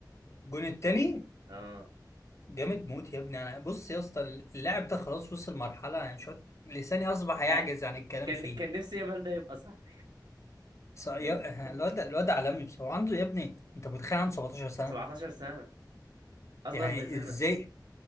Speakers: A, on the left; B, on the right.
A: الجون التاني
B: اه
A: جامد موت يا ابني انا بص يا اسطى اللاعب ده خلاص وصل مرحله يعني شويه لساني اصبح يعجز
B: آه،
A: عن الكلام
B: كان
A: فيه
B: كان نفسي يامال ده يبقى صاحبي
A: ص- يا-
B: <laughs>
A: الواد ده- الواد ده عالمي بصراحه عنده يا ابني انت متخيل عنده 17 سنه
B: 17 سنة أصغر
A: يعني
B: مننا
A: ازاي